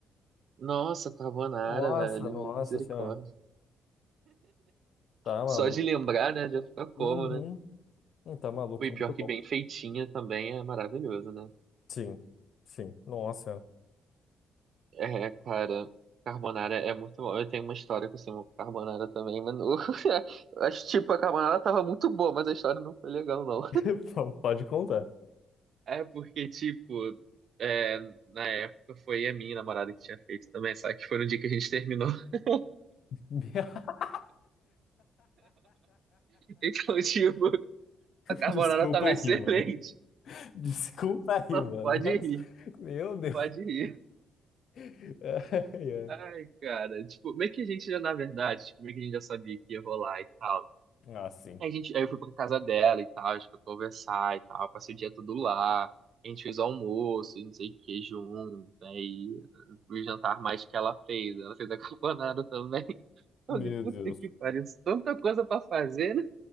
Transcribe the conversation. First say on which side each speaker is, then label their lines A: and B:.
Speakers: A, on the right (about 60°); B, on the left (about 65°).
A: Nossa, carbonara,
B: Nossa,
A: velho.
B: nossa
A: Misericórdia.
B: senhora. Tá maluco.
A: Só de lembrar, né? Já fica como,
B: Uhum.
A: né?
B: Não tá maluco,
A: Foi
B: foi
A: pior
B: muito
A: que
B: bom.
A: bem feitinha também é maravilhoso, né?
B: Sim, sim. Nossa.
A: É, cara, carbonara é muito bom. Eu tenho uma história com o carbonara também, mas não- <laughs> eu acho tipo a carbonara tava muito boa, mas a história não foi legal não.
B: <laughs> P- Pode contar.
A: É porque tipo, é, na época foi a minha namorada que tinha feito também, só que foi no dia que a gente terminou. <laughs>
B: <laughs>
A: Então, tipo, a carbonara
B: Desculpa
A: tava
B: aí,
A: excelente.
B: mano. Desculpa aí,
A: Não,
B: mano.
A: pode
B: Mas-
A: rir,
B: Meu Deus.
A: pode rir.
B: <laughs> Ai, ai.
A: Ai, cara, tipo, meio que a gente já, na verdade, tipo, meio que a gente já sabia que ia rolar e tal.
B: Ah, sim.
A: Aí, a gente, aí eu fui pra casa dela e tal, a gente foi conversar e tal, passei o dia todo lá. A gente fez almoço e não sei o que junto. Aí o jantar mais que ela fez. Ela fez <laughs> a carbonara também. <laughs> Eu
B: Meu
A: falei, puta
B: Deus.
A: que pariu, tanta coisa pra fazer, né?